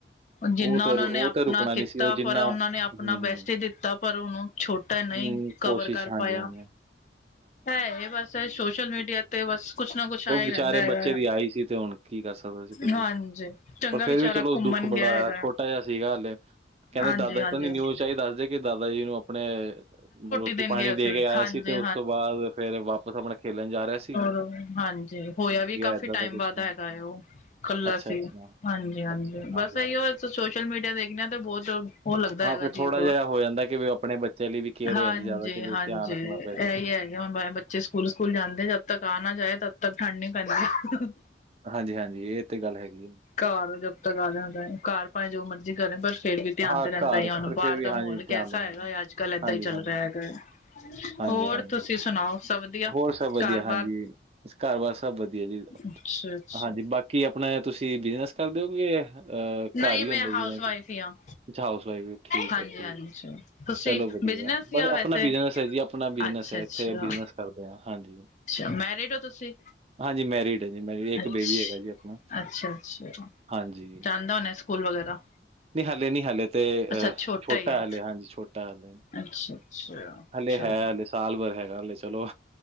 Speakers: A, on the left; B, on the right.
A: ਜਿੰਨਾ
B: ਉਹ ਤੇ
A: ਉਹਨਾਂ
B: ਰੁ-
A: ਨੇ
B: ਉਹ
A: ਆਪਣਾ
B: ਤੇ ਰੁਕਣਾ
A: ਕੀਤਾ,
B: ਨਹੀਂ ਸੀ ਉਹ ਜਿੰਨਾ
A: ਪਰ ਉਹਨਾਂ ਨੇ ਆਪਣਾ
B: ਹੂੰ, ਹੂੰ,
A: ਬੈਸਟ ਹੀ ਦਿੱਤਾ ਪਰ ਹੁਣ ਉਹ ਛੋਟਾ ਨਹੀਂ
B: ਹੂੰ
A: ਕਵਰ
B: ਕੋਸ਼ਿਸ਼
A: ਕਰ
B: ਹਾਂਜੀ,
A: ਪਾਇਆ,
B: ਹਾਂਜੀ,
A: ਐਏ ਬਸ ਐ ਸੋਸ਼ਲ ਮੀਡੀਆ ਤੇ ਬਸ ਕੁਛ ਨਾ ਕੁਛ ਆਇਆ
B: ਔ
A: ਹੀ
B: ਵਿਚਾਰੇ
A: ਰਹਿੰਦਾ ਹੈਗਾ
B: ਬੱਚੇ ਦੀ ਆਈ ਸੀ, ਤੇ ਹੁਣ ਕੀ ਕਰ ਸਕਦਾ ਜੀ ਕੋਈ
A: ਹਾਂਜੀ
B: ਕੁਛ।
A: ਚੰਗਾ
B: ਪਰ ਫੇਰ
A: ਵਿਚਾਰਾ
B: ਵੀ ਚਲੋ
A: ਘੁੰਮਣ
B: ਦੁੱਖ ਬੜਾ
A: ਗਿਆ
B: ਹੋਇਆ,
A: ਹੈਗਾ
B: ਛੋਟਾ ਜਿਹਾ ਸੀਗਾ ਹਲੇ ਕਹਿੰਦੇ
A: ਹਾਂਜੀ
B: ਦਾਦਾ
A: ਹਾਂਜੀ
B: ਪਤਾ ਨੀ ਨਿਊਜ਼ ਚਾਈਦਾ ਕਿ ਦਾਦਾ ਜੀ ਨੂੰ ਅਪਣੇ ਰੋਟੀ
A: ਦੇਣ
B: ਪਾਣੀ
A: ਗਿਆ
B: ਦੇ ਕੇ ਆਇਆ
A: ਹਾਂਜੀ
B: ਸੀ, ਤੇ ਉਸ ਤੋਂ ਬਾਦ ਫੇਰ ਵਾਪਿਸ ਅਪਣਾ ਖੇਲਣ ਜਾ ਰਿਹਾ ਸ
A: ਹੋਰ ਹਾਂਜੀ ਜੀ ਹੋਇਆ ਵੀ ਕਾਫੀ
B: ਏਦਾਂ
A: ਟਾਈਮ
B: ਦਾ ਕੁਛ
A: ਬਾਦ
B: ਕੰਮ
A: ਹੈਗਾ ਏ ਓਹ, ਕੱਲਾ
B: ਅੱਛਾ,
A: ਸੀ,
B: ਅੱਛਾ,
A: ਹਾਂਜੀ ਹਾਂਜੀ
B: ਅੱਛਾ
A: ਬਸ
B: ਹਾਂਜੀ।
A: ਅਹੀਓ ਸ ਸੋਸ਼ਲ ਮੀਡੀਆ ਵੇਖਣੇ ਆ ਤੇ, ਬੌਤ ਓਹ ਲੱਗਦਾ
B: ਹਾਂ,
A: ਹੈਗਾ
B: ਫਿਰ
A: ਅਜੀਬ।
B: ਥੋੜਾ ਜਿਹਾ ਹੋ ਜਾਂਦਾ ਕਿ ਵੀ ਉਹ ਆਪਣੇ ਬੱਚਿਆਂ ਲਈ ਵੀ ਕੇਅਰ
A: ਹਾਂਜੀ
B: ਹੋ ਜਾਂਦੀ ਜ਼ਿਆਦਾ ਕਿ ਵੀ
A: ਹਾਂਜੀ
B: ਧਿਆਨ ਰੱਖਣਾ ਪੈ ਜਾਵੇ।
A: ਏ ਹੀ ਹੈ ਹੁਣ ਬੱਚੇ ਸਕੂਲ ਸਕੂਲ ਜਾਂਦੇ, ਜਦ ਤੱਕ ਆ ਨਾ ਜਾਏ ਤਦ ਤੱਕ ਠੰਢ ਨੀ ਪੈਂਦੀ
B: ਹਾਂਜੀ ਹਾਂਜੀ, ਏ ਤੇ ਗੱਲ ਹੈਗੀ ਏ।
A: ਘਰ ਜਬ ਤਕ ਆ ਜਾਂਦਾ, ਘਰ ਭਾਵੇ ਜੋ ਮਰਜੀ ਕਰੇ ਪਰ ਫੇਰ ਵੀ ਧਿਆਨ
B: ਹਾਂ,
A: ਤੇ ਰੈੰਦਾ
B: ਘਰ
A: ਈ ਐ, ਹੋਣ
B: ਪਰ
A: ਬਾਹਰ
B: ਫਿਰ ਵੀ
A: ਦਾ
B: ਹਾਂਜੀ
A: ਮਹੋਲ
B: ਧਿਆਨ
A: ਕੈਸਾ
B: ਦੇਣਾ
A: ਹੈਗਾ
B: ਪੈਂਦਾ।
A: ਅੱਜ। ਕੱਲ੍ਹ ਏਦਾਂ
B: ਹਾਂਜੀ,
A: ਹੀ ਚੱਲ
B: ਹਾਂਜੀ,
A: ਰਿਹਾ ਹੈਗਾ
B: ਹਾਂਜੀ,
A: ਹੋਰ
B: ਹਾਂਜੀ।
A: ਤੁਸੀਂ ਸੁਣਾਓ? ਸਭ ਵਧੀਆ
B: ਹੋਰ ਸਭ ਵਧੀਆ
A: ਘਰ
B: ਹਾਂਜੀ
A: ਬਾਰ
B: ਘਰ ਬਾਰ ਸਭ ਵਧੀਆ ਜੀ।
A: ਅੱਛਾ ਅੱਛਾ
B: ਹਾਜੀ, ਬਾਕੀ ਅਪਣੇ ਤੁਸੀਂ ਬਿਜਨਸ ਕਰਦੇਓ ਕਿ ਅਹ
A: ਨਹੀਂ
B: ਘਰ ਹੀ
A: ਮੈਂ
B: ਹੁੰਦੇ
A: ਹਾਊਸ
B: ਜਿਵੇਂ
A: ਵਾਈਫ
B: ਕਿ?
A: ਹੀ ਹਾਂ
B: ਅੱਛਾ ਹਾਊਸ ਵਾਈਫ ਠੀਕ
A: ਹਾਂਜੀ
B: ਹੈ ਠੀਕ
A: ਹਾਂਜੀ ਤੁਸੀਂ
B: ਚਲੋ ਵਧੀਆ
A: ਬਿਜਨਸ
B: ਬਸ
A: ਜਾਂ ਵੈਸੇ
B: ਆਪਣਾ ਬਿਜਨਸ ਹੈ ਜੀ ਆਪਣਾ ਬਿਜਨਸ
A: ਅੱਛਾ
B: ਹੈ।
A: ਅੱਛਾ
B: ਉੱਥੇ ਬਿਜਨਸ ਕਰਦੇ ਆ ਹਾਂਜੀ।
A: ਅੱਛਾ ਮੈਰਿਡ ਹੋ ਤੁਸੀਂ?
B: ਹਾਂਜੀ ਮੈਰਿਡ ਹੈ ਜੀ ਮੈਰਿਡ ਇੱਕ
A: ਅਛ,
B: ਬੇਬੀ ਹੈਗਾ ਜੀ ਆਪਣਾ
A: ਅੱਛਾ, ਅੱਛਾ,
B: ਹਾਂਜੀ
A: ਜਾਂਦਾ ਹੋਣੈ ਸ ਫੂਲ ਵਗੈਰਾ
B: ਨਹੀਂ ਹਲੇ ਨੀ ਹਲੇ ਤੇ
A: ਅੱਛਾ
B: ਅ ਛੋਟਾ
A: ਹੀ ਹੈ
B: ਹਲੇ ਹਾਂਜੀ ਛੋਟਾ ਹਾਲੇ।
A: ਅੱਛਾ ਅੱਛਾ
B: ਹਲੇ
A: ਚਲੋ
B: ਹੈ ਹਲੇ ਸਾਲ ਬਰ ਹੈਗਾ, ਹਲੇ ਚਲੋ।